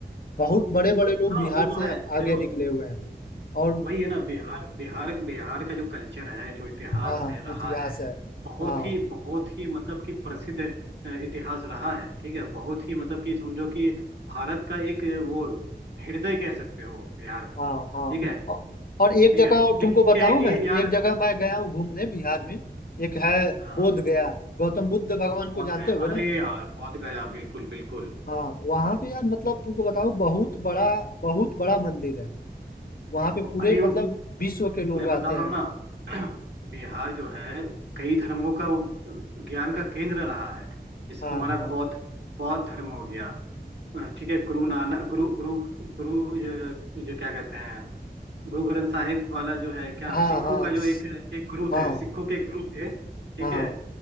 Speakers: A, on the left; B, on the right.
A: बहुत बड़े बड़े लोग
B: हाँ
A: बिहार
B: वो तो
A: से
B: है
A: आगे
B: देखो
A: निकले हुए हैं और
B: वही है ना बिहार बिहार बिहार का जो कल्चर है जो इतिहास
A: हाँ
B: है रहा
A: इतिहास है
B: बहुत
A: हाँ
B: ही बहुत ही मतलब कि प्रसिद्ध अ, इतिहास रहा है ठीक है बहुत ही मतलब कि समझो कि भारत का एक अ, वो हृदय कह सकते हो बिहार को
A: हाँ हाँ
B: ठीक है
A: औ- और
B: ठीक
A: एक जगह
B: है
A: और
B: लेकिन
A: तुमको बताऊं
B: ये है कि
A: मैं
B: यार
A: एक जगह मैं गया हूँ घूमने बिहार में एक है
B: हाँ
A: बोध गया गौतम बुद्ध भगवान को
B: पहुंच
A: जानते
B: गया
A: होगे
B: अरे
A: ना
B: यार पहुंच गया बिल्कुल बिल्कुल
A: हाँ वहां पे यार मतलब तुमको बताऊं बहुत बड़ा बहुत बड़ा मंदिर है वहां
B: ब-
A: पे पूरे
B: अरे वो-
A: मतलब विश्व के लोग
B: मैं बता
A: आते
B: रहा
A: हैं
B: हूँ ना <clears throat> बिहार जो है कई धर्मों का वो ज्ञान का केंद्र रहा है जैसे
A: हाँ
B: तुम्हारा
A: हाँ
B: बौद्ध बौद्ध धर्म हो गया अ, ठीक है गुरु नानक गुरु गुरु गुरु ये, ये क्या कहते हैं गुरु ग्रंथ साहिब वाला जो है क्या
A: हाँ
B: सिखों
A: हाँ
B: का जो
A: स-
B: एक एक गुरु
A: हाँ
B: थे सिखों के एक गुरु थे ठीक
A: हाँ
B: है